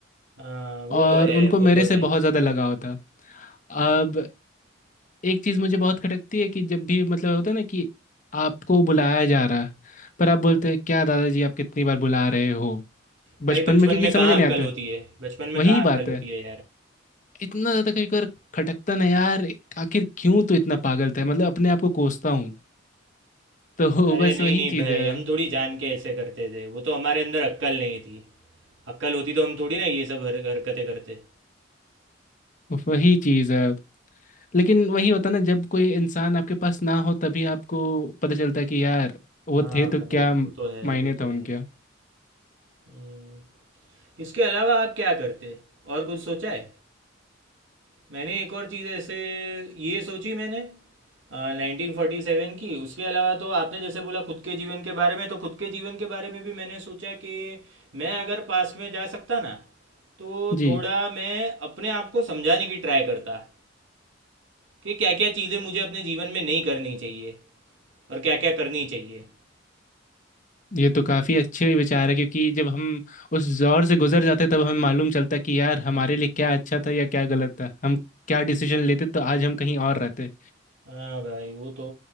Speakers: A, on the right; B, on the left.
A: हाँ वो
B: और
A: तो है
B: उनको
A: वो
B: मेरे
A: तो
B: से
A: है
B: बहुत ज़्यादा लगाव था अब
A: हाँ।
B: एक चीज मुझे बहुत खटकती है कि जब भी मतलब होता है ना कि आपको बुलाया जा रहा है पर आप बोलते हैं क्या दादाजी आप कितनी बार बुला रहे हो बचपन
A: भाई बचपन
B: में क्योंकि
A: में
B: समझ
A: कहाँ
B: नहीं
A: अक्ल
B: आता
A: होती
B: है
A: है बचपन में
B: वही
A: कहाँ
B: बात
A: अक्ल होती
B: है
A: है यार
B: इतना ज्यादा कभी कभार खटकता ना यार आखिर क्यों तो इतना पागल था मतलब अपने आप को कोसता हूँ तो
A: अरे
B: <laughs> बस
A: नहीं
B: वही
A: नहीं
B: चीज
A: भाई
B: है
A: हम थोड़ी जान के ऐसे करते थे वो तो हमारे अंदर अक्ल नहीं थी अक्ल होती तो हम थोड़ी ना ये सब हर, हरकतें करते
B: वही चीज है लेकिन वही होता ना जब कोई इंसान आपके पास ना हो तभी आपको पता चलता है कि यार वो
A: हाँ
B: थे तो
A: भाई
B: क्या मायने
A: वो तो है वो तो
B: था उनके
A: है हम्म, इसके अलावा आप क्या करते और कुछ सोचा है मैंने एक और चीज़ ऐसे ये सोची मैंने नाइनटीन फोर्टी सेवन की उसके अलावा तो आपने जैसे बोला खुद के जीवन के बारे में तो खुद के जीवन के बारे में भी मैंने सोचा कि मैं अगर पास में जा सकता ना तो
B: जी
A: थोड़ा मैं अपने आप को समझाने की ट्राई करता कि क्या क्या चीज़ें मुझे अपने जीवन में नहीं करनी चाहिए और क्या क्या करनी चाहिए
B: ये तो काफी अच्छे विचार है क्योंकि जब हम उस दौर से गुजर जाते तब हमें मालूम चलता है कि यार हमारे लिए क्या अच्छा था या क्या गलत था हम क्या डिसीजन लेते तो आज हम कहीं और रहते
A: हाँ भाई वो तो